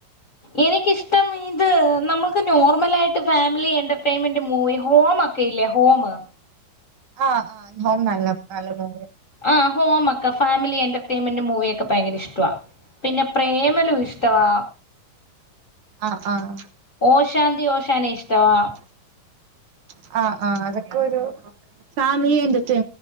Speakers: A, on the left; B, on the right.
A: എനിക്കിഷ്ടം ഇത് നമ്മൾക്ക് നോർമല ആയിട് ഫാമിലി എന്റർ ടൈംമെന്റ് മൂവി ഹോമൊക്കെ ഇല്ലേ ഹോമ്
B: ആഹ് ആഹ് നോം നല്ല നല്ല മോ
A: ആഹ് ഹോമക്ക ഫാമിലി എന്റർടൈമ്ന്റ് മൂവിയൊക്കെ ഭയങ്കര ഇഷ്ട ടുവാ പിന്നെ പ്രേമലു ഇഷ്ടവാ
B: ആഹ് ആഹ്
A: ഓഷാന്തി ഓഷാന ഇഷ്ടവാ
B: <inaudible> ആഹ് ആഹ് അതൊക്കെ ഒരു ഫാമിലി എന്റർടൈ